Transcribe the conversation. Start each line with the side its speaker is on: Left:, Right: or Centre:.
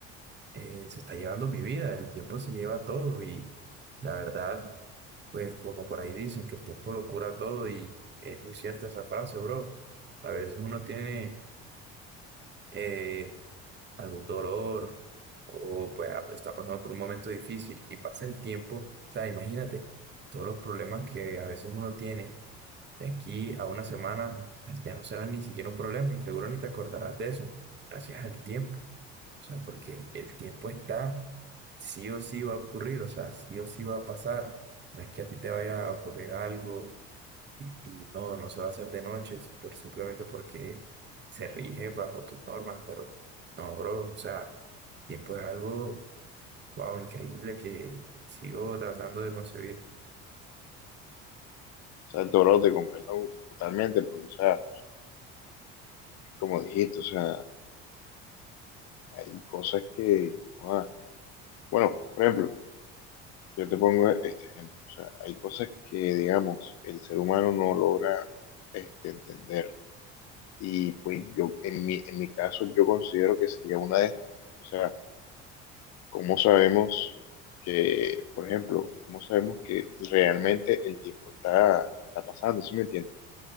Right: eh, se está llevando mi vida, el tiempo se lleva todo y la verdad, pues como por ahí dicen que el tiempo lo cura todo y es muy cierta esa frase, bro. A veces uno tiene eh, algún dolor o pues ah, está pasando por un momento difícil y pasa el tiempo, o sea, imagínate todos los problemas que a veces uno tiene. De aquí a una semana, pues ya no serán ni siquiera un problema y seguro ni te acordarás de eso, gracias al tiempo. O sea, porque el tiempo está sí o sí va a ocurrir, o sea, sí o sí va a pasar. No es que a ti te vaya a ocurrir algo y, y no, no se va a hacer de noche, por, simplemente porque se rige bajo tus normas, pero no, bro, o sea, el tiempo es algo, wow, increíble que sigo tratando de concebir.
Left: O sea, todo lo te comprendo totalmente, porque, o sea, como dijiste, o sea, hay cosas que, ah, bueno, por ejemplo, yo te pongo este ejemplo, o sea, hay cosas que, digamos, el ser humano no logra este, entender Y pues yo, en mi, en mi caso, yo considero que sería una de estas, porque, o sea, ¿cómo sabemos que, por ejemplo, cómo sabemos que realmente el tiempo está, está pasando, ¿sí me entiendes?